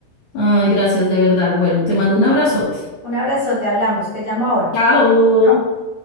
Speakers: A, on the left (about 60°); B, on the left (about 35°).
A: Ay, gracias de verdad. Bueno, te mando un abrazote.
B: Un abrazo, te hablamos, te llamo ahora.
A: Chao.
B: Chao.